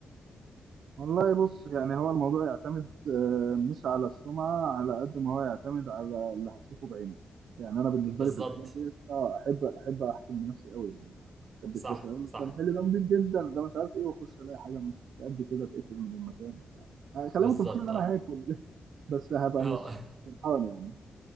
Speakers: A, on the right; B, on the right.
A: والله بص يعني هو الموضوع يعتمد آه، مش على السمعة على قد ما هو يعتمد على اللي هتشوفه بعينك يعني أنا بالنسبة
B: بالظبط
A: لي في الحاجات دي اه أحب أحب أحكم بنفسي قوي يعني ما ما أحبش
B: صح
A: بس أقول
B: صح
A: لك ده محل ده نضيف جدا ده مش عارف إيه وأخش ألاقي حاجة مش قد كده اتقفل من المكان بتاع يعني خلينا
B: بالظبط
A: متفقين إن أنا
B: اه
A: هاكل <laughs> بس هبقى
B: اه
A: مش
B: <laughs>
A: فرحان يعني